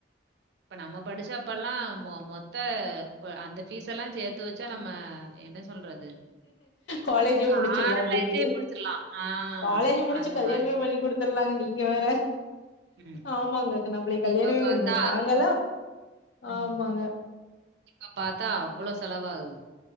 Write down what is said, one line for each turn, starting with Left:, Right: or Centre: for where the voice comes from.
Right: இப்ப நம்ம படிச்சப்பல்லாம் மொத்த அந்த பீஸ் எல்லாம் சேர்த்து வச்சா நம்ம என்ன சொல்றது
Left: காலேஜும்
Right: காலேஜே
Left: முடிச்சிடலாம் அப்படிங்க
Right: முடிச்சிடலாம். ஆ
Left: காலேஜ் முடிச்சு
Right: அந்த
Left: கல்யாணமே
Right: மாரி.
Left: பண்ணி கொடுத்துலாங்க நீங்க நீங்க வேற
Right: ம்.
Left: ஆமாங்க அதுக் நம்மள கல்யாணமே
Right: இப்ப பார்த்தா
Left: பண்ணிர்க்ல நாங்க
Right: ம்.
Left: ஆமாங்க
Right: இப்ப பார்த்தா அவ்ளோ செலவாகுது.